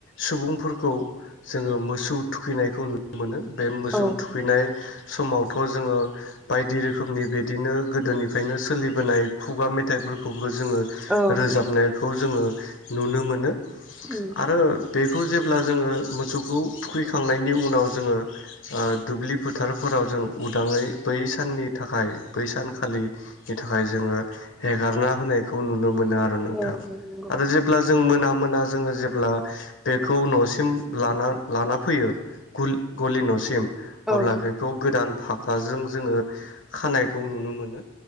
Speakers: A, on the left; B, in the centre.
A: सुबुंफोरखौ जोङो मोसौ थुखैनायखौ नुनो मोनो। बे मोसौ
B: औ
A: थुखैनाय। समावथ' जोङो बायदि रोखोमनि बिदिनो गोदोनिफ्रायनो सोलिबोनाय खुगा मेथाइफोरखौ। जोङो
B: औ
A: रोजाबनाय। खौ जोङो नुनो मोनो।
B: उम
A: आरो बेखौ जेब्ला जोङो मोसौखौ थुखैखां खांनायनि उनाव जोङो ओ दुब्लि फोथारफोराव जों उदाङै बै साननि थाखाय बै सानखालिनि थाखाय जोङो हेगारना होनायखौ नुनो मोनो आरो नोंथां
B: औ नंगौ
A: आरो जेब्ला जों मोना मोना जोङो जेब्ला बेखौ न'सिम लाना लाना फैयो गल गलि न'सिम। अब्ला
B: औ
A: बेखौ गोदान। फाकाजों जोङो खानायखौ नुनो मोनो।